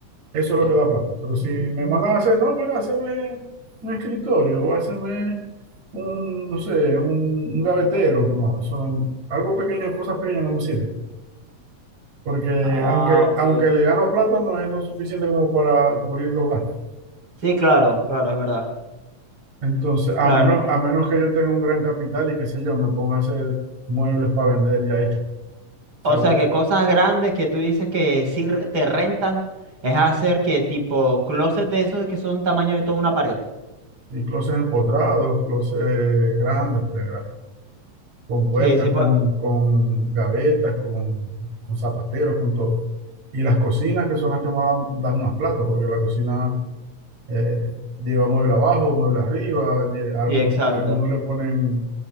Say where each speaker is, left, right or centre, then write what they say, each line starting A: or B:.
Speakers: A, on the right; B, on the right.
A: Eso es lo que da plata. Pero si
B: Mm.
A: me mandan a hacer, no, mira, hazme un escritorio o hazme un, no sé, un, un gavetero. No, son algo pequeño, cosas pequeñas no me sirven. Porque
B: Ah,
A: aunque,
B: ok.
A: aunque le gano plata, no es lo suficiente como para cubrir los gastos.
B: Sí, claro, claro, es verdad.
A: Entonces, a
B: Claro.
A: menos, a menos que yo tenga un gran capital y qué sé yo, me ponga a hacer muebles para vender ya hechos. O
B: O
A: sea, bu-
B: sea, que cosas grandes que tú dices que sí re- te rentan es hacer que tipo closet de esos que son tamaño de toda una pared.
A: y closets empotrados, closets grandes, pues, con puertas,
B: Sí, sí, pues,
A: con, con gavetas, con, con zapateros, con todo. Y las cocinas, que son las que más dan, dan más plata, porque la cocina eh, lleva mueble abajo, mueble arriba, lle- algunos,
B: sí, exacto.
A: algunos le ponen